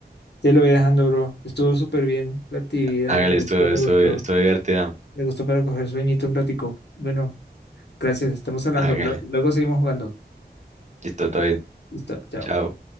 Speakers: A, on the left; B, on the right.
A: te lo voy dejando, bro. Estuvo súper bien la actividad,
B: hágale
A: me gustó,
B: esto,
A: me
B: esto,
A: gustó.
B: esto divertida.
A: Me gustó para coger sueñito un ratico. Bueno, gracias, estamos hablando.
B: Hágale.
A: Lue- Luego seguimos jugando.
B: Esto todo bien.
A: Listo, chao.
B: Chao.